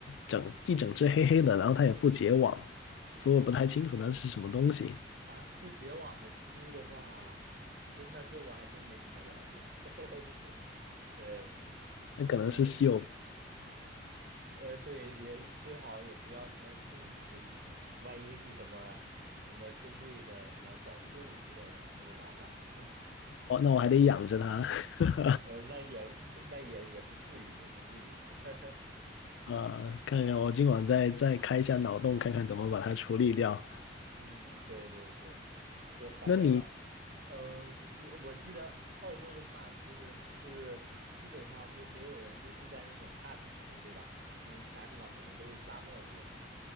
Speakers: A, on the left; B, on the right.
A: 整一整只黑黑的，然后它也不结网，所以我不太清楚它是什么东西。
B: 啊。不结网的蜘蛛的话，真的这我还真没怎么了解。<laughs> 对。
A: 那可能是稀有
B: 嗯，呃，对，也最好也不要什么轻易处理了，万一是什么什么珍贵的什么保护动物之类的，那就麻烦。<laughs>
A: 哦，那我还得养着它，<laughs>
B: 呃，那也那也也不至于，也不至于。<laughs>
A: 呃，看看我今晚再再开一下脑洞，看看怎么把它处理掉。
B: 嗯，对对对，这反正，
A: 那你，
B: 呃，我我记得澳洲的话，就是是基本上都所有人都住在那种大城市，对吧？因为其他地方可能都是沙漠之类的。